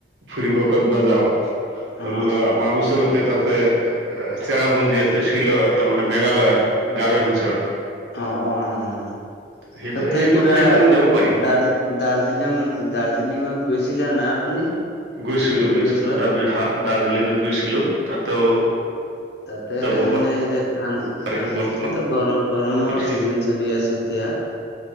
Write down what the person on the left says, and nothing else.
অ
অ অ অ অ
তাতে
কিবা
দাৰ্জি দাৰ্জিলিং দাৰ্জিলিঙত গৈছিলা না। আপুনি
শিলিগুৰিৰ
ওচৰত
তাতে
মানে যে ধান অ
এইটোতো গৰম গৰমৰ
চিজন চলি আছে। এতিয়া